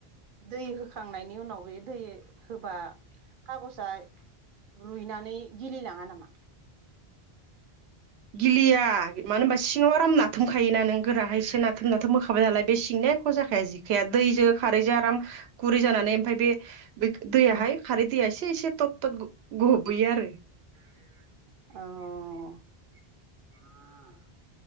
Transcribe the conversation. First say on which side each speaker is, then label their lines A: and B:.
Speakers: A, on the right (about 60°); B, on the right (about 80°).
A: दै होखांनायनि उनाव बे दै होबा खागजआ रुइनानै गिलिलाङा नामा?
B: गिलिया मानो होनबा सिङाव आराम नाथामखायोना नों गोराहाय एसे नाथाम नाथोम होखाबाय नालाय बे सिंनिया एख जाखाया जि जखाया दैजों खारैजों आराम गुरै जानानै ओमफाय बे दैयाहाय खारै दैया एसे एसे थट थट गबैयो आरो।
A: अ <unintelligible>